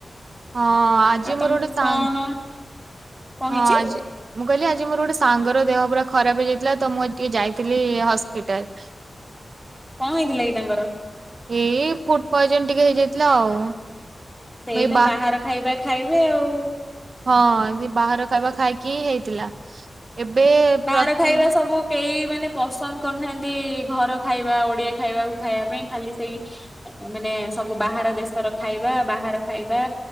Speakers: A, on the right (about 55°); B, in the centre.
A: ହଁ ଆଜି
B: ଆଉ ତମେ
A: ମୋର ଗୋଟେ ସାଙ୍ଗ
B: କଣ କଣ
A: ହଁ
B: ହେଇଛି
A: ଆଜି ମୁଁ କହିଲି ଆଜି ମୋର ଗୋଟେ ସାଙ୍ଗର ଦେହ ପୁରା ଖରାପ ହେଇଯାଇଥିଲା ତ ମୁଁ ଆଜି ଟିକେ ଯାଇଥିଲି ହସ୍ପିଟାଲ।
B: କଣ ହେଇଥିଲା କି ତାଙ୍କର?
A: ଏଇ ଫୁଡ୍ ପଏଜନ ଟିକେ ହେଇଯାଇଥିଲା ଆଉ।
B: ସେଇ
A: ମୁଁ ଏଇ
B: ତ ବାହାର ଖାଇବା ଖାଇବେ ଆଉ।
A: ହଁ ସେ ବାହାର ଖାଇବା ଖାଇକି ହେଇଥିଲା। ଏବେ
B: ବାହାର
A: ପ୍ରଥମ
B: ଖାଇବା ସବୁ କେହି ମାନେ ପସନ୍ଦ କରୁନାହାନ୍ତି ଘର ଖାଇବା ଓଡ଼ିଆ ଖାଇବାକୁ ଖାଇବା ପାଇଁ ଖାଲି ସେଇ ମାନେ ସବୁ ବାହାର ଦେଶର ଖାଇବା ବାହାର ଖାଇବା